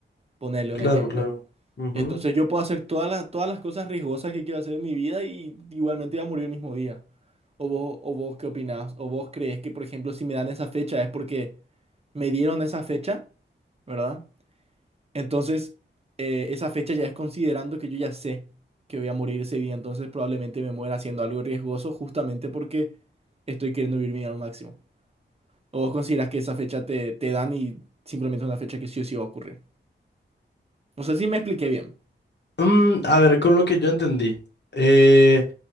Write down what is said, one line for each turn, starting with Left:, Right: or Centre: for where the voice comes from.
Right: Ponerle
Left: Claro,
Right: un ejemplo.
Left: claro. Ujú.
Right: Entonces yo puedo hacer todas las, todas las cosas riesgosas que quiero hacer en mi vida y igualmente iba a morir el mismo día. ¿O vos, o vos qué opinás? ¿O vos crees que, por ejemplo, si me dan esa fecha es porque me dieron esa fecha, ¿verdad? Entonces, eh, esa fecha ya es considerando que yo ya sé que voy a morir ese día, entonces probablemente me muera haciendo algo riesgoso justamente porque estoy queriendo vivir mi vida al máximo. ¿O vos considerás que esa fecha te, te dan y simplemente es una fecha que sí o sí va a ocurrir? No sé si me expliqué bien.
Left: Mm, a ver, con lo que yo entendí. eh,